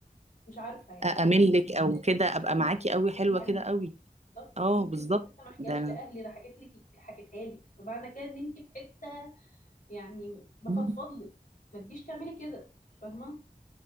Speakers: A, on the left; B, on the right.
A: مش عارفه يعني
B: أأمن
A: اكيد دي
B: لك او كده
A: كتير
B: ابقى معاكي
A: انا احكي
B: قوي
A: لك حاجات
B: حلوه
A: عني
B: كده قوي
A: بالظبط
B: اه
A: ممكن
B: بالظبط
A: حتى ما احكيهاش
B: ده
A: لاهلي انا حكيت لك حكيتها لك فمعنى كده ان انت في حته يعني بفضفض
B: انا
A: لك ما تجيش تعملي كده فاهمه